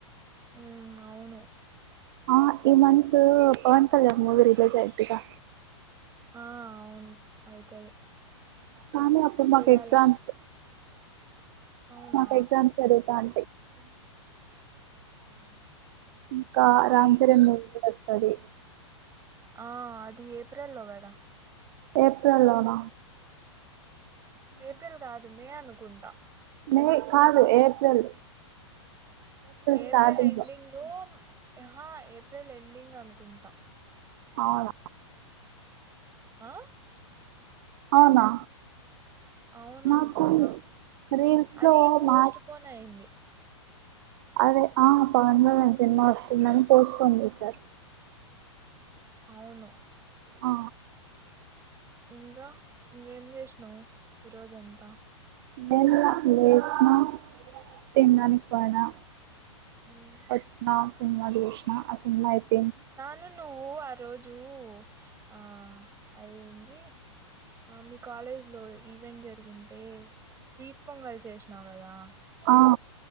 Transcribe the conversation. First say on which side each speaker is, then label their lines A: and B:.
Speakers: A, on the right; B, on the right.
A: ఉ అవును
B: ఆ ఈ month Pawan Kalyan movie release అయితిగా
A: ఆ అవును అయితది
B: కానీ అప్పుడు
A: చూడాలది
B: మాకు ఎగ్జామ్స్
A: అవునా
B: మాకు ఎగ్జామ్స్ జరుగుతాం
A: ఉమ్
B: ఇంకా
A: ఈ
B: రామ్ చరణ్ మూవీ కూడా వస్తుంది
A: ఆ అది ఏప్రిల్లో కదా
B: ఏప్రిల్ లోన
A: ఏప్రిల్ కాదు మే అనుకుంటా
B: మే కాదు ఏప్రిల్
A: ఏప్రిల్
B: స్టార్టింగ్
A: ఎండింగ్
B: లో
A: హా ఏప్రిల్ ఎండింగ్ అనుకుంటా
B: అవునా
A: ఆ
B: అవునా
A: అవును
B: నాకు
A: అనుకుంటా
B: రీల్స్
A: అది
B: లో
A: పోస్ట్
B: మా
A: పోన్ అయింది
B: అదే ఆ పవన్ కల్యాణ్ సినిమా వస్తుందని పోస్ట్పోన్ చేసారు
A: అవును
B: ఆ
A: ఇంకా ఇంకేం చేసినావు ఈరోజంతా
B: నేను లేసిన తినడానికి
A: ఉమ్
B: పోయినా
A: ఉమ్
B: వచ్చిన సినిమా చూసిన ఆ సినిమా అయిపో
A: నాను నువ్వు ఆ రోజు ఆ అదేంది ఆ మీ కాలేజ్ లో ఈవెంట్ జరిగింటే స్వీట్ పొంగల్ చేసినావు కదా
B: ఆ